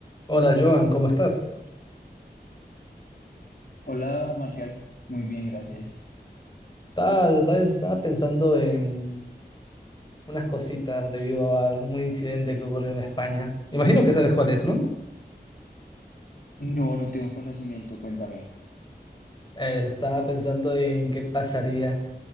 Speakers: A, on the left; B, on the left.
A: Hola Joan, ¿cómo estás?
B: Hola, Marcial. Muy bien, gracias.
A: Estaba, ¿sabes? Estaba pensando en unas cositas debido a un incidente que ocurrió en España. Imagino que sabes cuál es, ¿no?
B: No, no tengo conocimiento, cuéntame.
A: Eh, estaba pensando en qué pasaría